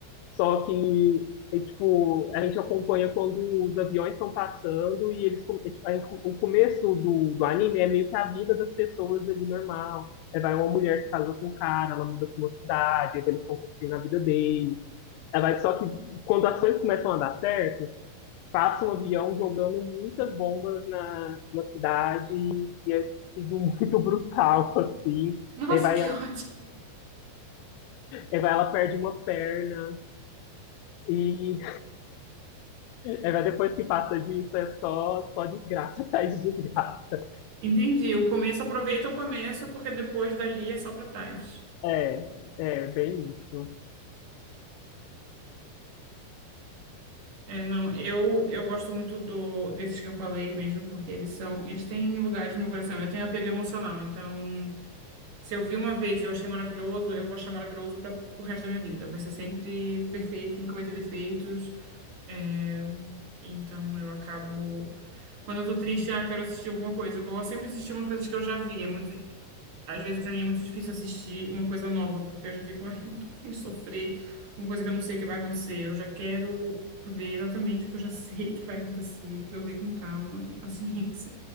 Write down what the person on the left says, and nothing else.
Só que, é, tipo, a gente acompanha quando os aviões estão passando e eles. com- é, tipo, aí co- o começo do, do anime é meio que a vida das pessoas ali normal. É, vai uma mulher que casa com um cara, ela muda para uma cidade, aí eles estão construindo a vida deles. É, vai, só que quando as coisas começam a dar certo passa um avião jogando muitas bombas na, na cidade e é tudo <laughs> muito brutal, assim.
Aí vai
ela,
aí vai ela perde uma perna e aí vai depois que passa disso é só, só desgraça <laughs> atrás de desgraça.
É, é bem isso.